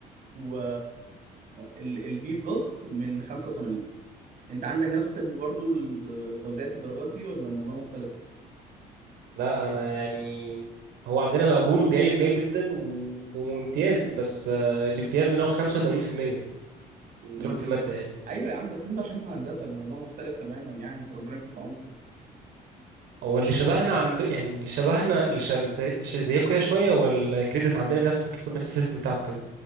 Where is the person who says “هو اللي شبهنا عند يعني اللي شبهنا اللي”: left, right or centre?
Right